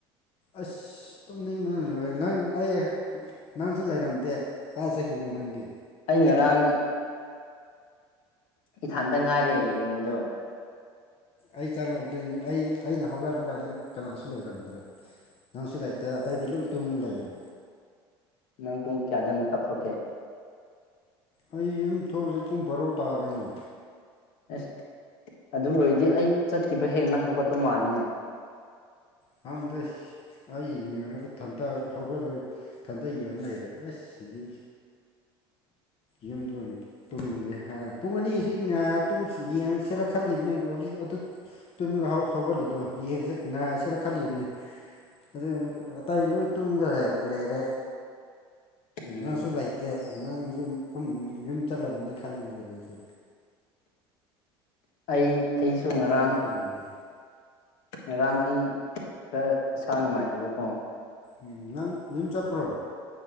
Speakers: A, on the left; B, on the left.
A: ꯑꯁ ꯇꯨꯝꯅꯤꯡꯕ ꯂꯣꯏꯔꯦ ꯅꯪ ꯑꯩ ꯅꯪꯁꯨ ꯂꯩꯔꯝꯗꯦ ꯀꯥꯏ ꯆꯠꯈꯤꯕꯅꯣ ꯅꯪꯗꯤ
B: ꯑꯩ ꯉꯔꯥꯡ ꯏꯊꯥꯟꯇ ꯉꯥꯏꯔꯦ ꯌꯦꯡꯕꯗꯣ
A: ꯑꯩ ꯆꯪꯉꯕꯗꯤ ꯑꯩ ꯑꯩꯅ ꯍꯧꯒꯠꯄ ꯀꯥꯟꯗ ꯀꯅꯥꯁꯨ ꯂꯩꯔꯝꯗ꯭ꯔꯦ ꯅꯪꯁꯨ ꯂꯩꯇꯦ ꯑꯇꯩꯗꯤ ꯂꯣꯏ ꯇꯨꯝ ꯂꯩꯏꯔꯦ
B: ꯅꯪ ꯄꯨꯡ ꯀꯌꯥꯗ ꯃꯦꯀꯞ ꯊꯣꯛꯀꯦ
A: ꯑꯩ ꯌꯨꯝ ꯊꯣꯛꯑꯁꯦ ꯄꯨꯡ ꯕꯥꯔꯣ ꯇꯥꯔꯅꯤ
B: ꯑꯦꯁ ꯑꯗꯨ ꯑꯣꯏꯔꯗꯤ ꯑꯩ ꯆꯠꯈꯤꯕ ꯍꯦꯛ ꯅꯪ ꯍꯧꯒꯠꯄ ꯃꯥꯜꯂꯤꯅꯦ
A: ꯈꯪꯗꯨ ꯑꯩ ꯌꯦꯡꯉꯒ ꯑꯩ ꯊꯟꯇ ꯍꯧꯒꯠꯂꯒ ꯊꯟꯇ ꯌꯦꯡ ꯂꯩꯔꯦ ꯑꯁ ꯁꯤꯗꯤ ꯌꯨꯝꯗ ꯑꯣꯏ ꯇꯨꯝꯃꯒꯦ ꯍꯥꯏ ꯄꯨꯡ ꯑꯅꯤꯁꯤ ꯉ ꯌꯦꯡꯉꯁꯤꯔ ꯈꯜꯂꯤꯕꯅꯦ ꯍꯧꯖꯤꯛ ꯑꯗꯨ ꯇꯨꯝꯒ ꯍꯧꯒꯠꯜꯂꯤꯗꯣ ꯌꯦꯟꯁꯦ ꯉꯥꯏꯔꯁꯤꯔ ꯈꯜꯂꯤꯕꯅꯦ ꯑꯗꯨ ꯑꯇꯩ ꯂꯣꯏ ꯇꯨꯝꯒ ꯂꯩ ꯂꯩꯔꯦ
B: ꯎꯝ
A: ꯅꯪꯁꯨ ꯂꯩꯇꯦ ꯅꯪꯁꯨ ꯀ ꯌꯨꯝ ꯆꯠꯂꯝꯅꯤ ꯈꯜꯂꯨꯔꯦ ꯑꯩꯁꯨ
B: ꯑꯩ ꯑꯩꯁꯨ ꯉꯔꯥꯡ
A: ꯎꯟꯅꯦ
B: ꯉꯔꯥꯡ ꯑꯩ ꯈꯔ ꯏꯁꯥ ꯅꯨꯡꯉꯥꯏꯇꯕꯀꯣ
A: ꯎꯝ ꯅꯪ ꯌꯨꯝ ꯆꯄ꯭ꯔꯣ